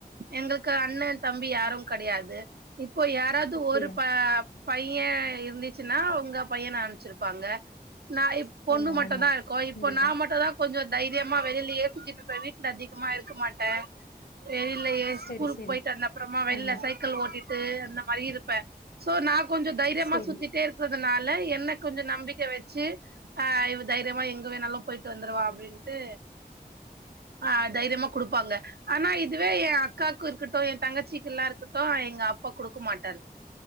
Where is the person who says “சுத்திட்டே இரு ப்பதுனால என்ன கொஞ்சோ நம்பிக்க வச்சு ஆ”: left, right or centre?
Right